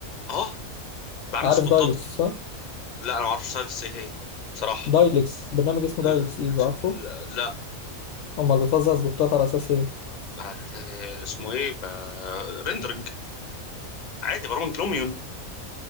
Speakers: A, on the left; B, on the left.
A: اه بعمل
B: عارف
A: سبوتات
B: دايلكس صح
A: لا انا ما اعرفش لسه ايه هي بصراحه
B: دايلكس برنامج اسمه
A: أه،
B: دايلكس ايفو عارفه
A: لا
B: امال بتوزع سبوتات على اساس ايه
A: أه، اسمه ايه ريندرنج عادي برامج لوميون